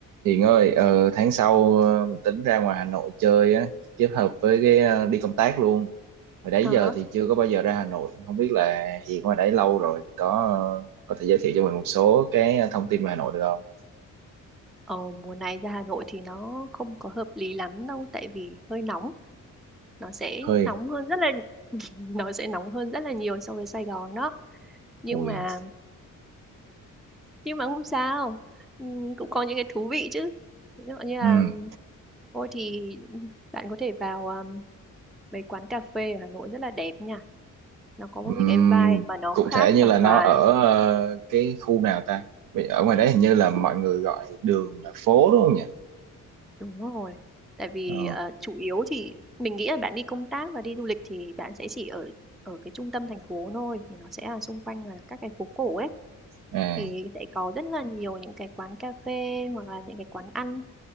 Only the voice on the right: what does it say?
Hiền ơi, ờ, tháng sau ờ, mình tính ra ngoài Hà Nội chơi á, kết hợp với cái ờ, đi công tác luôn. Hồi đấy
giờ
thì chưa có bao giờ ra Hà Nội, không biết là Hiền ngoài đấy lâu rồi thì có ờ, có thể giới thiệu cho mình một số cái ờ, thông tin về Hà Nội được không?
Hơi,
ui,
ừm,
ừm,
cụ
thể như
là
nó ở ờ, cái khu nào ta? Vì Ở ngoài đấy hình như là mọi người gọi đường là phố đúng không nhỉ?
Ờ,
à,